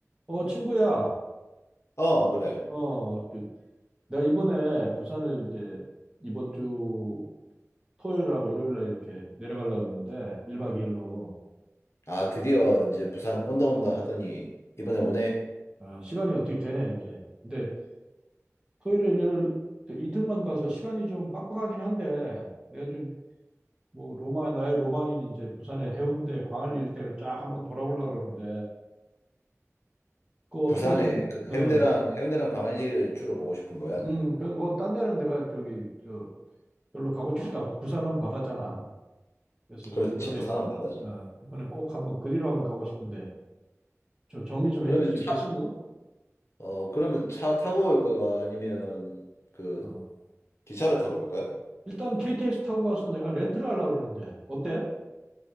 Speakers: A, on the right; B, on the left.
A: 어, 친구야,
B: 어, 그래.
A: 어, 그, 내가 이번에 부산을 이제 이번 주 토요일하고 일요일 날 이렇게 내려가려고 그러는데, 1박 2일로.
B: 아, 드디어 이제 부산 온다 온다 하더니 이번에 오네.
A: 아, 시간이 어떻게 되네, 이제. 근데 토요일, 일요일 그 이틀만 가서 시간이 좀 빡빡하긴 한데, 내가 좀 뭐 로마, 나의 로망인 이제 부산의 해운대, 광안리 일대를 쫙 한번 돌아보려고 그러는데, 그거 어떻게
B: 부산에
A: 좀,
B: 그
A: 어,
B: 해운대랑 해운대랑 광안리를 주로 보고 싶은 거야?
A: 음, 그래도 뭐 딴 데는 내가 저기, 저, 별로 가고 싶지도 않고, 부산은 바다잖아. 그래서 그
B: 그렇지,
A: 이번에
B: 부산은 바다지.
A: 어, 이번에 꼭 한번 그리러 한번 가고 싶은데 저 정리 좀
B: 그러면
A: 해줄 수 있겠어
B: 차,
A: 그거?
B: 어, 그러면 차 타고 올 거가 아니면 그
A: 어.
B: 기차를 타고 올 거야?
A: 일단 KTX 타고 가서 내가 렌트를 하려고 그러는데 어때?